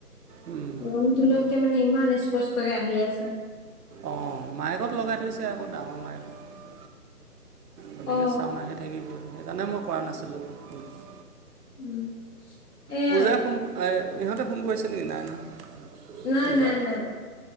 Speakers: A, on the right; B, on the left.
A: উম,
B: ৰুমটোলৈকে
A: সেইটো।
B: মানে ইমান স্পষ্টকে আহি আছে।
A: অ', মাইকত লগাই থৈছে আকৌ ডাঙৰ মাইকত। গতিকে
B: অ,
A: চাউণ্ড আহি থাকিবই সেইকাৰণে মই কৰা নাছিলোঁ <unintelligible>
B: উম, এয়া
A: পূজাই ফোন আহ ইহঁতে ফোন কৰিছে নেকি, নাই নহয়?
B: নাই,
A: পূজাই,
B: নাই, নাই,